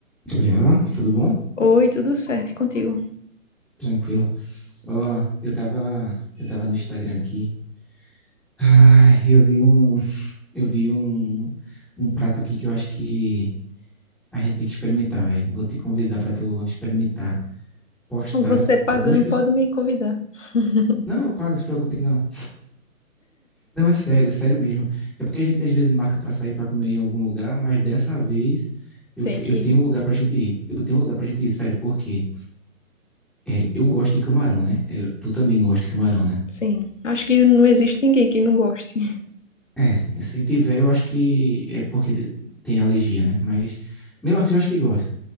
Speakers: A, in the centre; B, on the left.
A: Gabriela, tudo bom?
B: Oi, tudo certo e contigo?
A: Tranquilo. Ó, eu tava, eu tava no Instagram aqui. Ai, eu vi um, eu vi um, um prato aqui que eu acho que a gente tem que experimentar, velho. Vou te convidar pra tu experimentar. Postaram
B: Você pagando
A: pra duas pessoas.
B: pode me convidar. <laughs>
A: Não, eu pago, se preocupe, não. Não, é sério, sério mesmo. É porque a gente às vezes marca pra sair pra comer em algum lugar, mas dessa vez eu,
B: Tem
A: que-
B: que
A: eu tenho
B: ir.
A: um lugar pra gente ir. Eu tenho um lugar pra gente ir, sério, porque é, eu gosto de camarão, né? Eu- tu também gosta de camarão, né?
B: Sim, acho que não existe ninguém que não goste.
A: É, se tiver, eu acho que é porque te- tem alergia, né? Mas mesmo assim, eu acho que gosta.